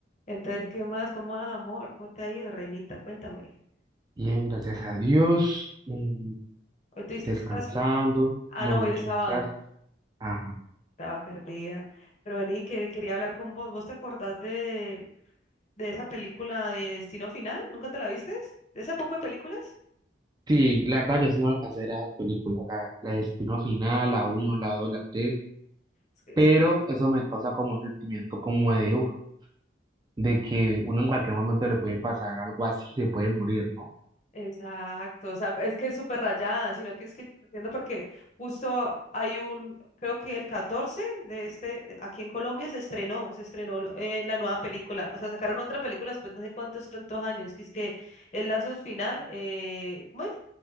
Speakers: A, on the left; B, on the right.
A: Entonces, ¿qué más? <laughs> ¿Cómo vas, amor? ¿Cómo te ha ido, reinita? Cuéntame.
B: Bien, gracias a Dios. mm,
A: ¿Hoy tuviste
B: Descansando.
A: clase? Ah,
B: No,
A: no, hoy
B: no
A: es
B: tuve
A: sábado.
B: clases. Ajá.
A: Estaba perdida. Pero vení, que quería hablar con vos. ¿Vos te acordás de, de esa película de Destino Final? ¿Nunca te la viste? ¿De ese poco de películas?
B: Sí, la verdad yo sí no alcancé a ver esas películas, la, la Destino Final, la uno la 2 la tres
A: Es que,
B: pero
A: es que
B: eso me causa como un sentimiento como de, uf, de que uno en cualquier momento le puede pasar algo así, se puede morir, ¿no?
A: Exacto, o sea, es que es súper rayada, sino que es que entiendo porque justo hay un, creo que el 14 de este, de- aquí en Colombia se estrenó, se estrenó lo- eh, la nueva película, o sea, sacaron otra película después no sé cuántos tantos años, que es que el lazo final, eh, ¿cómo es?